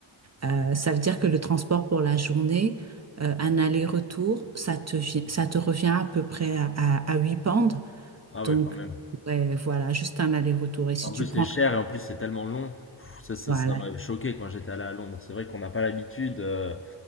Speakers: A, on the right (about 35°); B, on the left (about 30°).
A: Euh, ça veut dire que le transport pour la journée, euh, un aller-retour, ça te, vi- ça te revient à peu près à, à, à 8 pounds.
B: Ah
A: Donc,
B: ouais, quand même.
A: ouais, voilà, juste un aller-retour. Et si
B: En
A: tu
B: plus, c'est
A: prends
B: cher
A: la...
B: et en plus, c'est tellement long. Pff, Ça, ça,
A: Voilà,
B: ça m'avait choqué quand j'étais allé à Londres. C'est vrai qu'on n'a pas l'habitude. euh,